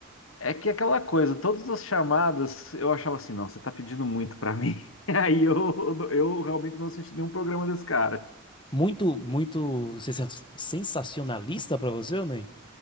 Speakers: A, on the left; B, on the left.
A: É que aquela coisa, todas as chamadas, eu achava assim, não, você tá pedindo muito pra mim. <laughs> Aí eu, eu realmente não assisti nenhum programa desse cara.
B: Muito, muito sensa- sensacionalista pra você, ou nem?